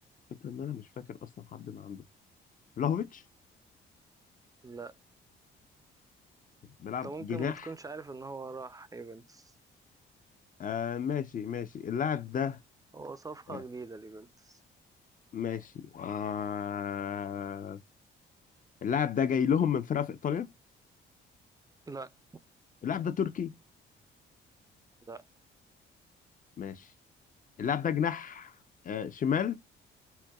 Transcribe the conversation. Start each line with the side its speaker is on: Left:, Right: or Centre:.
Left: فكرة ان انا مش فاكر اصلا حد ما عنده فلاهوفيتش
Right: لا
Left: بيلعب
Right: انت ممكن
Left: جناح
Right: ما تكونش عارف ان هو راح يوفنتوس
Left: آه ماشي ماشي اللاعب ده
Right: هو صفقة
Left: آه
Right: جديدة ليوفنتوس
Left: ماشي آه اللاعب ده جاي لهم من فرقه في ايطاليا
Right: لا
Left: اللاعب ده تركي
Right: لا
Left: ماشي اللاعب ده جناح آه شمال